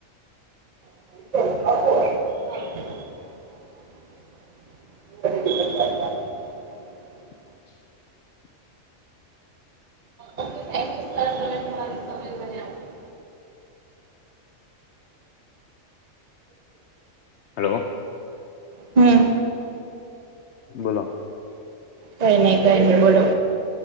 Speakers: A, on the right (about 35°); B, on the left (about 65°).
A: <inaudible> <inaudible>
B: <inaudible>
A: ઓકે થેક યુ સર તમે તમારો સમય મને આપયો.
B: હલો
A: હમમ.
B: બોલો
A: કઈ નહી કઈ નહી બોલો.